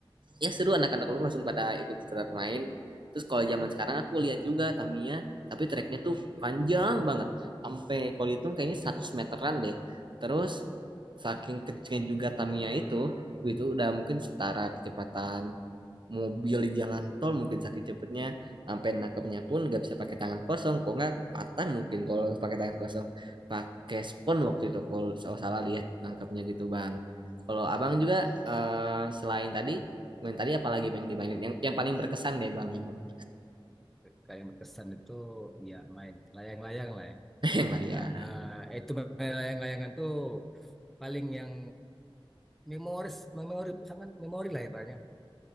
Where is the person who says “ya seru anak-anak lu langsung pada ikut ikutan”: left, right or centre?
Right